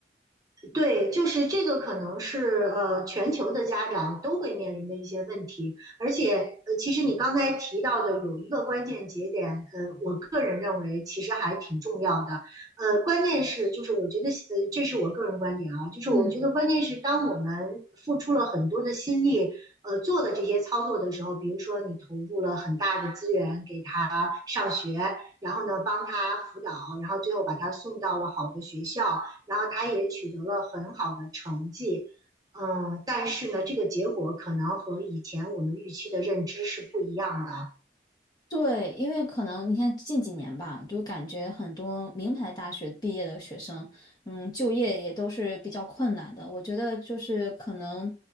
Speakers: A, on the right; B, on the left.
A: 对，就是这个可能是呃全球的家长都会面临的一些问题，而且呃其实你刚才提到的有一个关键节点，呃我个人认为其实还挺重要的，呃关键是就是我觉得呃这是我个人观点啊，就是我觉得关键是当我们付出了很多的心力。
B: 嗯。
A: 呃，做了这些操作的时候，比如说你投入了很大的资源给他上学，然后呢帮他辅导，然后最后把他送到了好的学校，然后他也取得了很好的成绩，嗯，但是呢，这个结果可能和以前我们预期的认知是不一样的。
B: 对，因为可能你看近几年吧，就感觉很多名牌大学毕业的学生，嗯，就业也都是比较困难的。我觉得就是可能